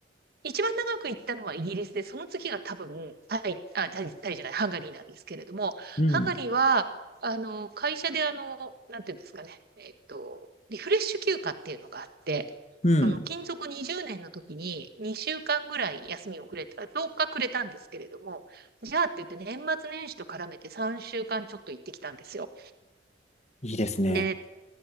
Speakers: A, on the right; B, on the left.
A: 一番長く行ったのはイギリスで、その次が多分、タイ、あ、タイ、タイじゃない、ハンガリーなんですけれども、
B: うん。
A: ハンガリーは、あの、会社であの、なんていうんですかね、えっと、リフレッシュ休暇っていうのがあって、
B: うん。
A: あの、勤続20年の時に2週間ぐらい休みをくれた、10日くれたんですけれども、じゃあって言って年末年始と絡めて3週間ちょっと行ってきたんですよ。
B: いいですね。
A: で、